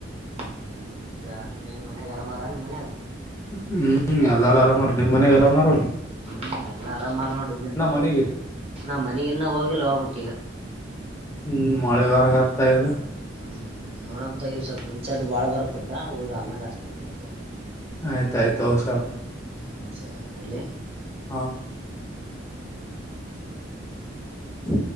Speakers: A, on the right (about 30°); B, on the left (about 15°).
A: ಹ್ಮ್ ಹ್ಮ್ ಮತ್ತ ಏನ್ ಮನ್ಯಾಗ ಆರಾಮಾರ ನಿಮ್ ಮನ್ಯಾಗ
B: ಹ್ಮ್ ಎಲ್ಲಾರು ಆರಾಮ್ಅವ್ರೇ ಮನೆ ಗರಾಮಾರ ಹೋಲ್
A: ಹ್ಮ್ ಎಲ್ಲಾ ಆರಾಮ್ರ ನೋಡಿ ಇಲ್ಲಿೇನ
B: ಮನೆಗೆ
A: ನಾ ಮನಗ ಇನ್ನ ಹೋಗಿಲ್ಲ ಹೋಗ್ಬಕ್ ಈಗ
B: ಹ್ಮ್ ಮೊಳೆ ಬಾರಗೆ ಆಗ್ತಾ ಇದು
A: ಹ್ಮ್ ನೋಡಮ್ಮ ತಗಲಿ ಸ್ವಲ್ಪ ಮಂಚ್ದ್ ಬಾಳ ಬರಕುದದ ಹುಗ ಆಮೇಲೆ ಅಷ್ಟತೇ ನ ಮತ್ತೆ
B: ಆಯ್ತಾಯ್ತು ಉಷರಪ್ಪ
A: ಹ್ಮ್ ಸರಿ ಅಂದ್ರೆ ಇಡ್ಲಿ
B: ಹಾ ಹ್ಮ